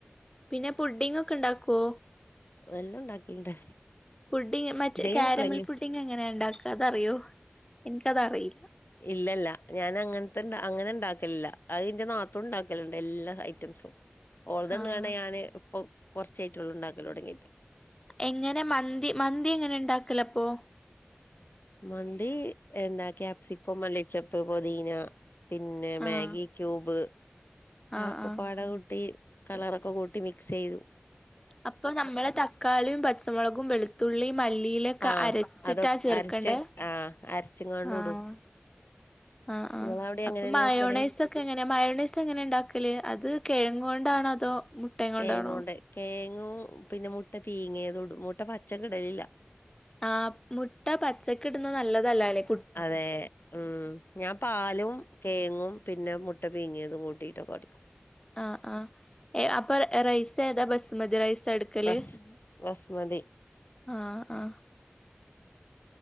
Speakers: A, on the left; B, on the left.
A: പിന്നെ പുഡിംഗ് ഒക്കെ ഇണ്ടാക്കോ
B: വല്ലോം ഉണ്ടാക്കലുണ്ടാ
A: പുഡിംഗ് മറ്റേ
B: ദേ
A: കാരമൽ
B: എപ്പലേലും
A: പുഡിംഗ് എങ്ങനെയാ ഇണ്ടാക്കാ അതറിയോ എനിക്കതറിയില്ല
B: ഇല്ലല്ല ഞാൻ അങ്ങനത്തെണ്ടാ അങ്ങനെണ്ടാ ഇല്ല അതിന്റെ നാത്തുണ്ടാക്കലുണ്ട് എല്ലാ ഹൈ റ്റംസും ഓള്തന്നെയാണ്
A: ആഹ്
B: ഞാന് ഇപ്പം കൊറച്ചേയായിട്ടുള്ളുണ്ടാക്കല് തൊടങ്ങിട്ട്
A: എങ്ങനെ മന്തി മന്തി എങ്ങനെ ഇണ്ടാക്കലപ്പൊ
B: മന്തി എന്താ ക്യാപ്സിക്കം മല്ലി ചപ്പ് പൊതീന പിന്നെ
A: ആഹ്
B: മാഗി ക്യൂബ്
A: ആഹ്
B: അതക്കപ്പാടെ
A: ആഹ്
B: കൂട്ടി കളറൊക്കെ കൂട്ടി മിക്സെയ്തു
A: അപ്പൊ നമ്മള തക്കാളീം പച്ചമൊളകും വെളുത്തുള്ളീം മല്ലിയിലൊക്കെ
B: ആഹ്
A: അരച്ചിട്ടാ
B: അത്
A: ചേർക്കണ്ടേ
B: അരച്ച് ആഹ് അരച്ചുംങ്ങാണ്ട്
A: ആഹ്
B: ഇടും
A: ആഹ് ആഹ്
B: നിങ്ങളവിടെ
A: അപ്പൊ
B: എങ്ങനെന്നെ
A: മയോണൈസൊക്കെങ്ങനെയാ
B: വെക്കല്
A: മയോണൈസ് എങ്ങനെണ്ടാക്ക ത്തില് അത് കെഴങ്ങ് കൊണ്ടാണോ അതോ മുട്ടയും കൊണ്ടാണോ
B: കേങ്ങോണ്ട് കേങ്ങു പിന്നെ മുട്ട പീങ്ങിയതുടും മുട്ട പച്ചെക്ക്ടെലില്ല.
A: ആ മുട്ട പച്ചക്കിടുന്നത് നല്ലതല്ല അല്ലെ
B: അതെ ഉം ഞാൻ പാലും കേങ്ങും പിന്നെ മുട്ട പീങ്ങിയതും കൂട്ടിട്ടൊക്കടിക്കും
A: ആ ആ എ അപ്പൊ റൈസ് ഏതാ ബസുമതി റൈസാ എടുക്കല്
B: ബസ് ബസ്മതി
A: ആ ആ